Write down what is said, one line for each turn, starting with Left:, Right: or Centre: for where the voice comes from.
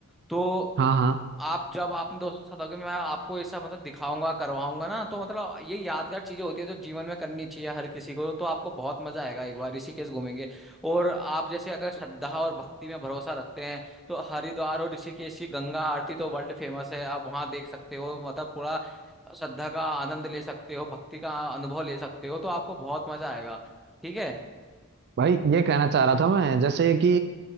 Centre: तो
Right: हाँ हाँ
Centre: आप जब आपने दोस्तों के साथ होगे मैं आपको ऐसा मतलब दिखाऊंगा करवाऊंगा ना तो मतलब ये यादगार चीजें होती है जो जीवन में करनी चाहिए हर किसी को तो आपको बहुत मजा आएगा एक बार ऋषिकेश घूमेंगे और आप जैसे अगर श्रद्धा और भक्ति में भरोसा रखते हैं तो हरिद्वार और ऋषिकेश की गंगा आरती तो वर्ल्ड फेमस है आप वहां देख सकते हो मतलब पूरा श्रद्धा का आनंद ले सकते हो भक्ति का अनुभव ले सकते हो तो आपको बहुत मजा आएगा ठीक है
Right: भाई ये कहना चाह रहा था मैं जैसे कि